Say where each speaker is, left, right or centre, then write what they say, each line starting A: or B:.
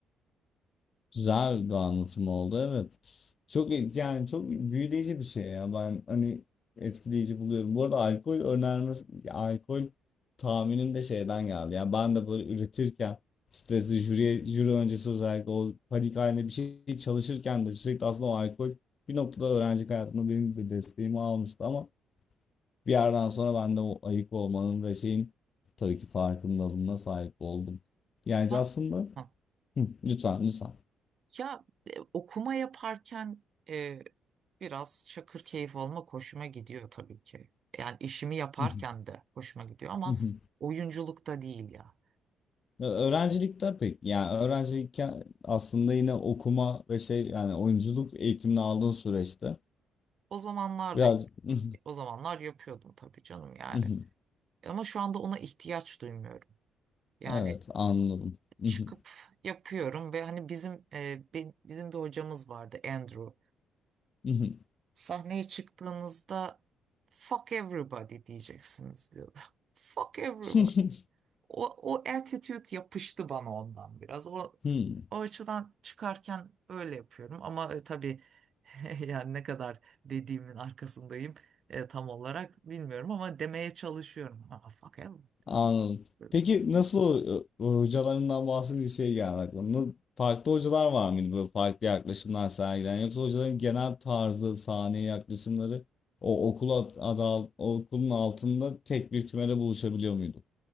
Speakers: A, on the left; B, on the right.
A: Güzel bir anlatım oldu evet. Çok e- yani çok büyüleyici bir şey ya. Ben hani etkileyici buluyorum. Bu arada alkol önermesi alkol tahminim de şeyden geldi. Yani ben de böyle üretirken stresli jüri, jüri öncesi özellikle o panik halinde bir şey çalışırken de sürekli aslında o alkol bir noktada öğrencilik hayatımda benim de desteğimi almıştı ama bir yerden sonra ben de o ayık olmanın ve şeyin tabii ki farkındalığına sahip oldum. Yani
B: Ha,
A: aslında
B: ha.
A: Hı, lütfen lütfen.
B: Ya e, okuma yaparken e, biraz çakır keyif olmak hoşuma gidiyor tabii ki. Yani işimi yaparken
A: <laughs>
B: de hoşuma gidiyor ama
A: Hı hı.
B: s- oyunculukta değil ya.
A: Ya Öğrencilikte pek yani öğrencilikken aslında yine okuma ve şey yani oyunculuk eğitimini aldığın süreçte
B: O zamanlar
A: biraz
B: da
A: Hı hı,
B: o zamanlar yapıyordum tabii canım yani.
A: hı hı.
B: Ama şu anda ona ihtiyaç duymuyorum. Yani
A: evet anladım. Hı
B: çıkıp
A: hı,
B: yapıyorum ve hani bizim e, be- bizim bir hocamız vardı Andrew.
A: hı hı.
B: Sahneye çıktığınızda fuck everybody diyeceksiniz diyordu. <laughs> Fuck everybody.
A: <laughs>
B: O, o attitude yapıştı bana ondan biraz. O,
A: Hı
B: o açıdan çıkarken öyle yapıyorum. Ama e, tabii <laughs> yani ne kadar dediğimin arkasındayım e, tam olarak bilmiyorum ama demeye çalışıyorum. Ha, fuck hell.
A: Anladım.
B: Böyle.
A: Peki nasıl o- o hocalarından bahsedince şey geldi aklıma. Na- Farklı hocalar var mıydı böyle farklı yaklaşımlar sergileyen yoksa hocaların genel tarzı, sahneye yaklaşımları o okul ad- adı al- okulun altında tek bir kümede buluşabiliyor muydu?